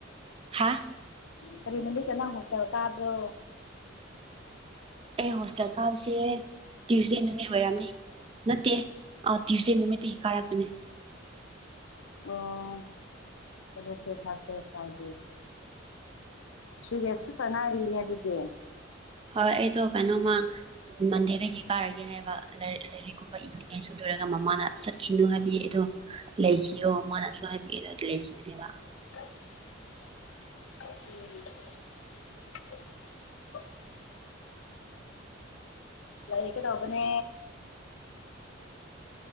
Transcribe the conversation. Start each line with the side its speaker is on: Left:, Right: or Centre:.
Right: ꯍꯥꯥ
Left: ꯀꯔꯤ ꯅꯨꯃꯤꯠꯇ ꯅꯪ ꯍꯣꯁꯇꯦꯜ ꯀꯥꯕ꯭ꯔꯣ
Right: ꯑꯩ ꯍꯣꯁꯇꯦꯜ ꯀꯥꯕꯁꯦ ꯇ꯭ꯌꯨꯁꯗꯦ ꯅꯨꯃꯤꯠ ꯑꯣꯏꯔꯝꯃꯤ ꯅꯠꯇꯦ ꯑꯧ ꯇ꯭ꯌꯨꯁꯗꯦ ꯅꯨꯃꯤꯠꯇꯒꯤ ꯀꯥꯔꯛꯄꯅꯦ
Left: ꯑꯣ ꯋꯦꯗꯅꯦꯁꯗꯦ ꯊꯥꯔꯁꯗꯦ ꯐ꯭ꯔꯥꯏꯗꯦ ꯊ꯭ꯔꯤꯗꯦꯁ ꯈꯛꯇ ꯉꯥꯏꯔꯤꯅꯦ ꯑꯗꯨꯗꯤ
Right: ꯍꯣꯏ ꯑꯩꯗꯣ ꯀꯩꯅꯣꯃ ꯃꯟꯗꯦꯗꯒꯤ ꯀꯥꯔꯒꯦ ꯍꯥꯏꯕ ꯂꯥꯏ ꯂꯥꯏꯔꯤꯛꯒꯨꯝꯕ ꯏꯅꯤꯡꯉꯥꯏ ꯁꯨ ꯂꯣꯢꯔꯒ ꯃꯃꯥꯅ ꯆꯠꯈꯤꯅꯨ ꯍꯥꯏꯕꯒꯤ ꯑꯩꯗꯣ ꯂꯩꯈꯤꯌꯣ ꯃꯥꯅꯁꯨ ꯍꯥꯏꯕꯤꯑꯦꯗꯣ ꯂꯩꯈꯤꯕꯅꯦꯕ
Left: <inaudible> ꯎꯝ <unintelligible> ꯂꯩꯒꯗꯧꯕꯅꯦ